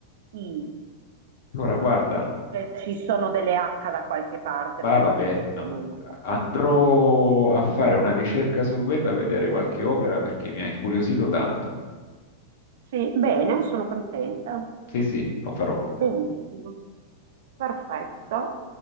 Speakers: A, on the right (about 60°); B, on the left (about 50°).
A: I.
B: Allora, guarda,
A: Cioè, ci sono delle H da qualche parte,
B: bah,
A: però
B: vabbè,
A: ripeto,
B: no.
A: non ho proprio.
B: Andrò a fare una ricerca sul web a vedere qualche opera perché mi ha incuriosito tanto.
A: Sì, bene, sono contenta.
B: Sì, sì, lo farò.
A: Benissimo. Perfetto.